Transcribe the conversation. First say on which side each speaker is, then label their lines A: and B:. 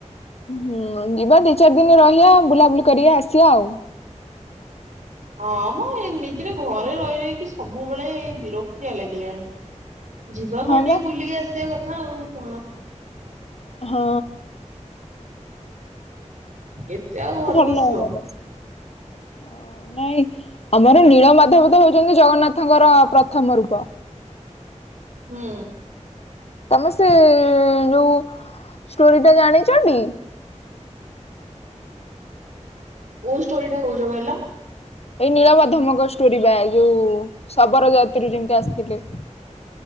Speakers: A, on the left; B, on the right.
A: ହୁଁ ଯିବା ଦି ଚାରି ଦିନ ରହିବା ବୁଲାବୁଲି କରିଆ ଆସିବା ଆଉ।
B: ହଁ ମଁ ଏମିତିରେ ଘରେ ରହି ରହିକି ସବୁବେଳେ ବିରକ୍ତିଆ ଲାଗିଲାଣି। ଯିବା କୁଆଡେ଼
A: ହଁ ବା
B: ଟିକେ ବୁଲିକି ଆସିବା କଥା ଆଉ କଣ।
A: ହଁ।
B: କେତେ ଆଉ? ଘରେ
A: ଭଲ
B: ବସିବ।
A: <unintelligible> ଅ ନାଇଁ ଆମର ନୀଳମାଧବ ତ ହଉଛନ୍ତି ଜଗନ୍ନାଥଙ୍କର ପ୍ରଥମ ରୂପ।
B: ହୁଁ।
A: ତମେ ସେ ଯୋଉ ଷ୍ଟୋରି ଟା ଜାଣିଚ ଟି?
B: କୋଉ ଷ୍ଟୋରି ଟା କହୁଚ କହିଲ?
A: ଏଇ ନୀଳମାଧବଙ୍କ ଷ୍ଟୋରି ବା ଯୋଉ ଶବର ଜାତିରୁ ଯେମିତି ଆସିଥିଲେ।